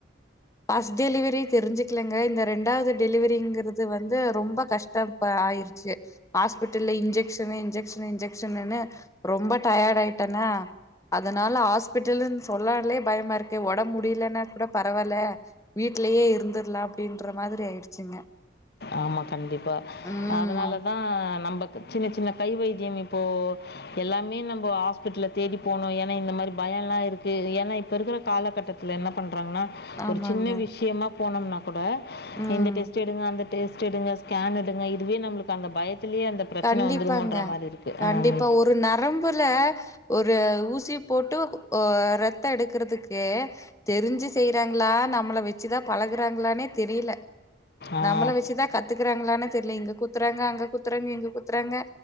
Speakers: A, on the left (about 15°); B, on the left (about 55°).
A: ஃபஸ்ட் டெலிவரி தெரிஞ்சுக்கலங்க இந்த ரெண்டாவது டெலிவரிங்கிறது வந்து ரொம்ப கஷ்டம் ப ஆயிருச்சு ஹாஸ்பிட்டல்ல இன்ஜெக்ஷனு இன்ஜெக்ஷனு இன்ஜெ க்ஷனு ரொம்ப டயர்ட் ஆயிட்டனா அதனால ஹாஸ்பிட்டலுன் சொல்லாலே பயமா இருக்கு ஒடம்பு முடியலனா கூட பரவால வீட்லயே இருந்துர்லா அப்டின்ற மாதிரி ஆயிடுச்சுங்க
B: ஆமா கண்டிப்பா
A: ம்
B: அதனாலதா நம்ம சின்ன சின்ன கை வைத்தியம் இப்போ எல்லாமே நம்ம ஹாஸ் பிட்டல தேடி போனோ ஏன்னா இந்த மாரி பயலா இருக்கு ஏன்னா இப்ப இருக்கிற காலகட்டத்துல என்ன பண்றாங்ன்னா
A: ஆமாங்க
B: ஒரு சின்ன விஷயமா போனோம்னா கூட
A: ம்
B: இந்த டெஸ்ட் எடுங்க அந்த டெஸ்ட் எடுங்க ஸ்கேன் எடுங்க இதுவே நம்மளுக்கு அந்த பயத்திலயே அந்த பிரச்சன
A: கண்டிப்பாங்க.
B: வந்துருமோன்ற மாரி இருக்கு
A: கண்டிப்பா.
B: ஆ ம்
A: ஒரு நரம்புல ஒரு ஊசி போட்டு ஒ ரத்தோ எடுக்கறதுக்கே தெரிஞ்சு செய்றாங்ளா நம்மள வச்சுதா பழகுறாங்களானே தெரில
B: ஆ
A: நம்மள வச்சுதா கத்துக்குறாங்களானே தெரில இங்க குத்துறாங்க அங்க குத்துறாங்க இங்க குத்துறாங்க